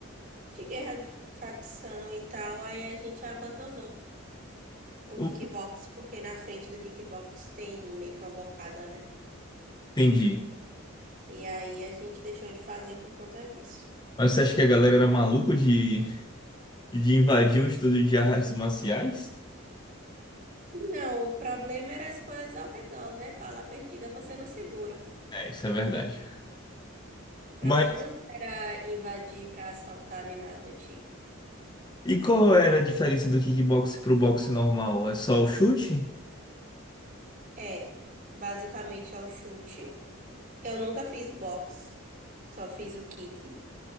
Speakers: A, on the right; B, on the left.
A: de guerra de facção e tal, aí a gente abandonou. o
B: Eu
A: kickbox, porque na frente do kickbox tem meio que uma bocada, né?
B: Entendi.
A: E aí a gente deixou de fazer por conta disso.
B: Mas você acha que a galera era maluca de, de invadir um estúdio de artes marciais?
A: Não, o problema era as coisas ao redor, né? Bala perdida você não segura.
B: É, isso é verdade.
A: O problema
B: Mas
A: não era invadir pra assaltar nem nada do tipo.
B: E qual era a diferença do kickbox pro boxe normal? É só o chute?
A: É, basicamente é o chute. Eu nunca fiz boxe, só fiz o kick.